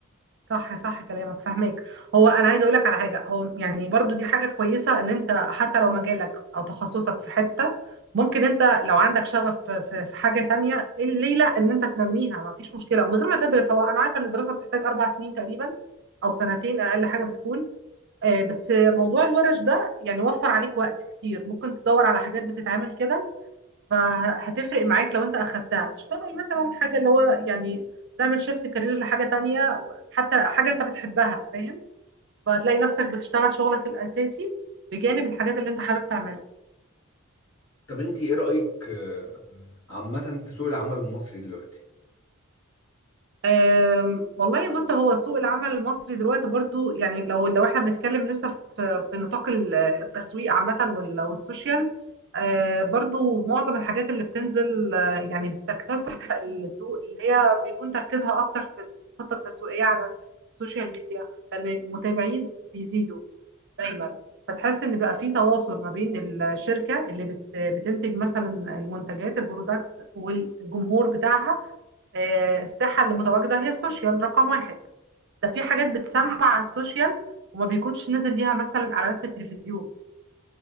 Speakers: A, on the right; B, on the left.
A: صح صح كلامك فاهمك هو انا عايزه اقول لك على حاجه هو يعني برضو دي حاجه كويسه ان انت حتى لو مجالك او تخصصك في حته ممكن انت لو عندك شغف في في- في حاجه تانية إيه ليه لا ان انت تنميها ما فيش مشكله من غير ما تدرس هو انا عارفه ان الدراسه بتحتاج اربع سنين تقريبا او سنتين اقل حاجه بتكون آه، بس موضوع الورش ده يعني وفر عليك وقت كتير ممكن تدور على حاجات بتتعمل كده فهتفرق معاك لو انت اخدتها تشتغل مثلا حاجه اللي هو يعني تعمل شيفت كارير لحاجه تانية حتى حاجه انت بتحبها فاهم فهتلاقي نفسك بتشتغل شغلك الاساسي بجانب الحاجات اللي انت حابب تعملها
B: طب انت ايه رأيك آه، عامة في سوق العمل المصري دلوقتي؟
A: أم، والله بص هو سوق العمل المصري دلوقتي برضو يعني لو لو احنا بنتكلم لسه في في نطاق ال- التسويق عامة وال- والسوشيال أه، برضو معظم الحاجات اللي بتنزل أه، يعني بتكتسح السوق اللي هي بيكون تركيزها اكتر في الخطة التسويقية على السوشيال ميديا لان المتابعين بيزيدوا دايما فتحس ان بقى في تواصل ما بين الشركة اللي بت- بتنتج مثلا المنتجات البرودكتس والجمهور بتاعها آه، الساحة اللي متواجدة هي السوشيال رقم واحد ده في حاجات بتسمع على السوشيال وما بيكونش نزل ليها مثلا اعلانات في التلفزيون